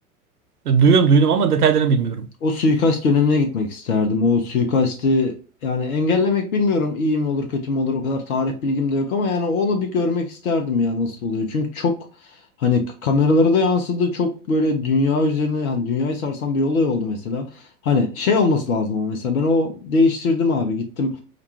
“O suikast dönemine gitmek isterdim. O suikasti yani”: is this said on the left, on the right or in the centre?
Left